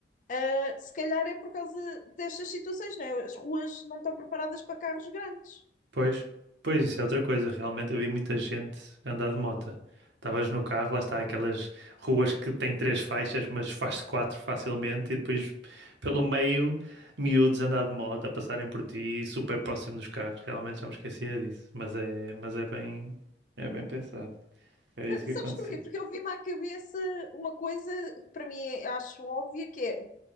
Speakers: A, on the left; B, on the right.
A: Uh, se calhar é por causa destas situações, não é? As ruas não estão preparadas para carros grandes.
B: Pois, pois isso é outra coisa. Realmente eu vi muita gente andar de moto. Estavas no carro, lá está aquelas ruas que têm três faixas, mas faz-se quatro facilmente, e depois pelo meio, miúdos a andar de moto, a passarem por ti, super próximo dos carros. Realmente já me esquecia disso, mas é, mas é bem, é bem pensado. Era isso
A: Uh,
B: que
A: Sabes
B: acontecia.
A: porquê? Porque eu vi-me à cabeça uma coisa que para mim é- acho óbvia, que é